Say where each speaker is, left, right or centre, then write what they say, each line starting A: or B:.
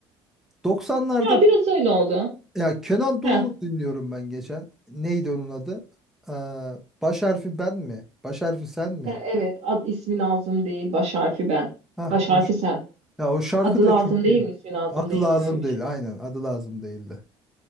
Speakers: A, in the centre; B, on the right.
A: 90'larda
B: Ya biraz öyle oldu.
A: ya Kenan
B: He,
A: Doğulu dinliyorum ben geçen. Neydi onun adı? Aa, baş harfi ben mi? Baş harfi sen mi?
B: he evet ad ismi lazım değil baş harfi ben.
A: Hah,
B: Baş
A: o,
B: harfi
A: ş-
B: sen.
A: ya o şarkı
B: Adı
A: da
B: lazım
A: çok
B: değil
A: iyi.
B: mi ismi lazım
A: Adı
B: değil
A: lazım
B: mi öyle bir
A: değil.
B: şey.
A: Aynen adı lazım değildi.